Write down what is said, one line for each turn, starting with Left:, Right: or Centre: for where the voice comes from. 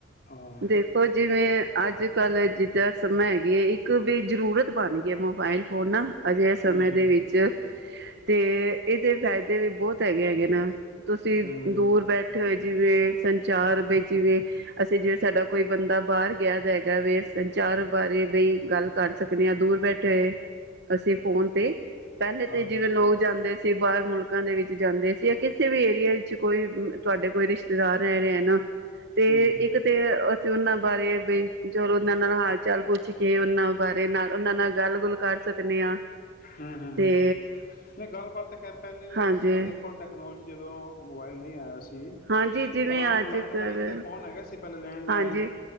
Left: ਹਾਂ
Right: ਦੇਖੋ ਜਿਵੇਂ ਅੱਜ ਅੱਜ ਕੱਲ ਜਿੱਦਾਂ ਸਮਾਂ ਹੈਗਿ ਇੱਕ ਵੀ ਜ਼ਰੂਰਤ ਬਣ ਗਈ ਹੈ। ਮੋਬਾਇਲ ਫੋਨ ਨਾ ਅਜਿਹੇ ਸਮੇਂ
Left: ਹੂੰ ਹੂੰ
Right: ਦੇ ਵਿੱਚ ਤੇ ਇਹਦੇ ਫਾਇਦੇ ਵੀ ਬਹੁਤ ਹੈਗੇ- ਹੈਗੇ ਨਾ ਤੁਸੀਂ
Left: ਹੂੰ
Right: ਦੂਰ ਬੈਠੇ ਹੋਏ ਜਿਵੇਂ ਸਹੀ ਸੰਚਾਰ ਵਿੱਚ ਵਿ, ਅਸੀਂ ਜਿਵੇਂ ਸਾਡਾ ਕੋਈ ਬੰਦਾ ਬਾਹਰ ਗਿਆ ਹੈਗਾ ਪਵੀ ਸੰਚਾਰ ਬਾਰੇ ਗੱਲ ਕਰ ਸਕਦੇ ਹਾਂ ਦੂਰ ਬੈਠੇ ਹੋਏ ਅਸੀਂ ਫੋਨ ਤੇ ਪਹਿਲੇ
Left: ਹਾਂਜੀ
Right: ਤੇ ਜਿਵੇਂ
Left: ਹਾਂਜੀ
Right: ਲੋਕ
Left: ਹੂੰ
Right: ਜਾਂਦੇ ਸੀ। ਬਾਹਰ ਮੁਲਕਾਂ ਦੇ ਵਿੱਚ ਜਾਂਦੇ ਸੀ ਜਾਂ ਕਿਸੇ ਵੀ ਏਰੀਏ ਵਿੱਚ ਕੋਈ ਤੁਹਾਡੇ ਕੋਈ ਰਿਸ਼ਤੇਦਾਰ ਰਹਿ ਰਿਹਾ ਹੈ ਨਾ ਤੇ
Left: ਹੂੰ
Right: ਇੱਕ ਤੇ ਨਾ <inaudible> ਬਾਰੇ ਵੀ ਚਲੋ ਉਹਨਾਂ ਨਾਲ ਹਾਲ ਚਾਲ ਪੁੱਛ ਕੇ ਉਹਨਾਂ ਬਾਰੇ ਨਾਲ ਉਹਨਾਂ ਨਾਲ ਗੱਲ ਗੁੱਲ ਕਰਕੇ ਸਕਨੇ ਹਾਂ
Left: ਹਾ- ਹਾ-ਹਾ
Right: ਤੇ
Left: ਨਹੀਂ ਗੱਲਬਤ ਖੈਰ ਪਹਿਲੇ ਵੀ
Right: ਹਾਂਜੀ
Left: ਜਿਸ ਤਰ੍ਹਾਂ ਦੇਖੋ ਟੈਕਨੋਲਜੀ ਜਦੋਂ ਮੋਬਾਇਲ ਨਹੀਂ ਆਇਆ ਸੀ।
Right: ਹਾਂਜੀ ਜਿਵੇਂ
Left: ਤਾਂ
Right: ਅੱਜ
Left: ਲੈਂਡ
Right: ਕੱਲ
Left: ਲਈਨ ਦੇ ਫੋਨ ਹੈਗੇ ਸੀ। ਪਹਿਲੇ ਲੈਂਡਲਾਈਨ
Right: ਹਾਂਜੀ